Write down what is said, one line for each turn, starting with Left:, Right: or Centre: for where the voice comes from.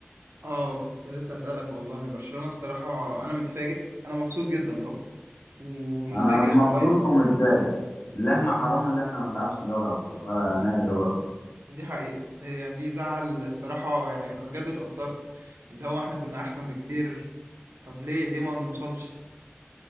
Right: اه كنت لسه هسألك والله برشلونة الصراحة انا متفاجئ انا مبسوط جدا طبعا ومتفاجئ
Left: انا مبسوط
Right: شوية
Left: ومتضايق اللي احنا حرام اللي احنا ما نلعبش دوري ابطال آه نهائي دوري ابطال
Right: دي حقيقة دي يعني دي زعل الصراحة يعني انا بجد اتأثرت اللي هو احنا كنا احسن بكتير طب ليه ليه ما نوصلش